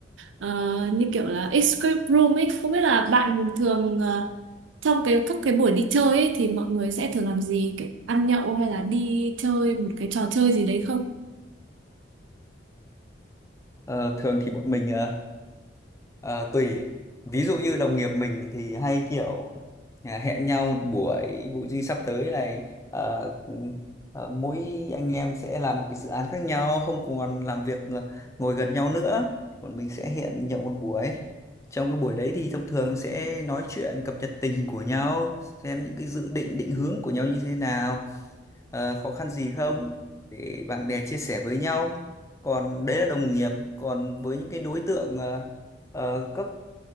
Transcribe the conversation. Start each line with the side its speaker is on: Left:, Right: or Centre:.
Right: ờ, như kiểu là escape room ấy không biết là bạn thường ờ, trong cái các cái buổi đi chơi ấy thì mọi người sẽ thường làm gì kiểu ăn nhậu hay là đi chơi một cái trò chơi gì đấy không
Left: Ờ, thường thì bọn mình ờ, Ờ, tùy ví dụ như đồng nghiệp mình thì hay kiểu à, hẹn nhau một buổi vụ gì sắp tới này ờ, ờ, mỗi anh em sẽ làm một cái dự án khác nhau không còn làm việc ờ, ngồi gần nhau nữa bọn mình sẽ hẹn nhậu một buổi trong cái buổi đấy thì thông thường sẽ nói chuyện cập nhật tình hình của nhau xem những cái dự định định hướng của nhau như thế nào ờ, khó khăn gì không để bạn bè chia sẻ với nhau còn đấy là đồng nghiệp còn với những cái đối tượng ờ, ờ, cấp